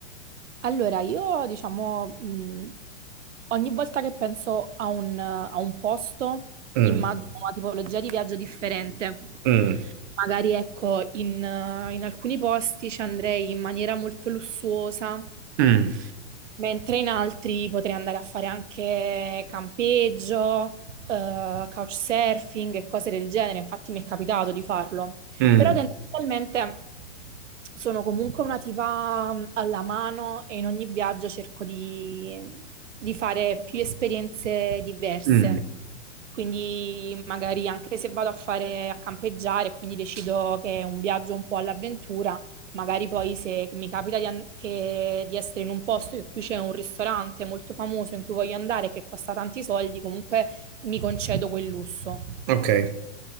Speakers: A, on the right (about 90°); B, on the right (about 20°).
A: Allora, io diciamo, mh, ogni volta che penso a un, a un posto,
B: Mm,
A: immagino una tipologia di viaggio differente.
B: mm,
A: Magari, ecco, in, eh, in alcuni posti ci andrei in maniera molto lussuosa,
B: mm,
A: mentre in altri potrei andare a fare anche campeggio, eh, couchsurfing e cose del genere. Infatti mi è capitato di farlo.
B: mm,
A: Però tendenzialmente sono comunque una tipa mh, alla mano e in ogni viaggio cerco di, di fare più esperienze diverse.
B: mm.
A: Quindi magari anche se vado a fare a campeggiare, quindi decido che è un viaggio un po' all'avventura, magari poi se mi capita di, an- che- di essere in un posto in cui c'è un ristorante molto famoso in cui voglio andare che costa tanti soldi, comunque mi concedo quel lusso.
B: Ok,